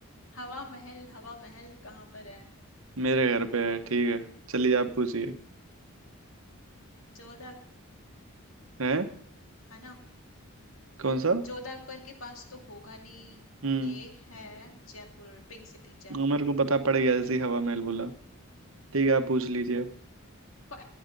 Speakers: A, on the left; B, on the right.
A: हवा महल हवा महल कहाँ पर है
B: मेरे घर पे है ठीक है चलिए आप पूछिए
A: जोधा
B: हैं
A: है ना
B: कौन सा
A: जोधा अकबर के पास तो होगा नहीं
B: हम्म
A: ये है जयपुर पिंक सिटी जयपुर
B: मेरे को पता पड़ गया जैसे ही हवा महल बोला ठीक है आप पूछ लीजिए अब
A: प-